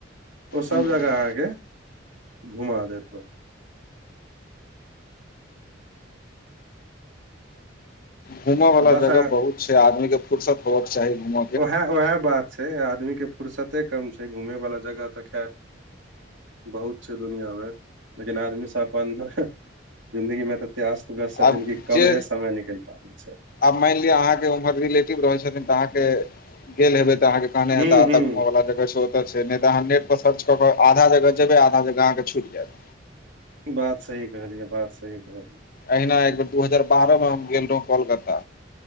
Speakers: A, on the right; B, on the left.
A: ओ सभ
B: हूँ हूँ
A: जगह अहाँके घुमा देत औ
B: घूमऽ वला
A: तऽ बस
B: जगह
A: अहाँ
B: बहुत छै आदमी के फुर्सत होव के चाही घूम
A: उएह उएह बात छै आदमी के फर्सते कम छै घूमेवला जगह तऽ खैर बहुत छै दुनिया मे लेकिन आदमी सब अपन जिंन्दगी मे ततै अस्त व्यस्त छथिन
B: आब
A: कम
B: जे
A: है समय निकल पाबै छै
B: आब माइन लिअ अहाँके उम्हर रिलेटिव रहे छथिन तऽ अहाँके गेल हेबे तऽ अहाँके तहने
A: हूं
B: ऐता
A: हूं
B: <inaudible> ओतऽ छै नय तऽ अहाँ नेट पर सर्च कऽ केऽ आधा जगह जेबै आधा जगहके छूटि जायत
A: बात सही कहलियै बात सही कहलियै
B: अहिना एक बेर दू हजार बारह मे हम गेल रहौ कोलकत्ता